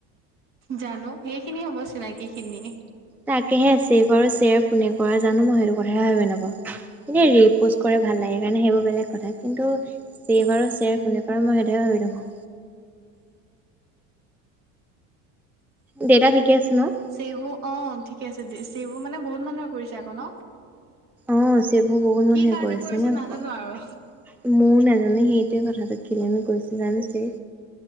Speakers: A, on the right; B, in the centre.
A: জানোঁ! সেইখিনি হ'ব, চিনাকি খিনিয়ে।
B: তাকেহে, চেভ আৰু শ্বেয়াৰ কোনে কৰা জানোঁ মই সেইটো কথাহে ভাবি নাপাওঁ! এনে
A: উম
B: ৰি পষ্ট কৰে ভাল লাগে কাৰণে, সেইবোৰ বেলেগ কথা। কিন্তু, চেভ
A: উম
B: আৰু শ্বেয়াৰ কোনে কৰে মই সেইটোহে ভাবি নাপাওঁ। দেউতা ঠিকে আছে ন'?
A: চেভো অ'! ঠিকে আছে চেভো মানে, বহুত মানুহে কৰিছে আকৌ ন'।
B: অ'! যি বহুত মানুহে
A: কি কাৰণে
B: কৰিছে। মই
A: নাজানো
B: ময়ো
A: আৰু
B: নেজা মানে, সেইটোৱে কথাটো, কেলেনো কৰিছে জানোঁ যে!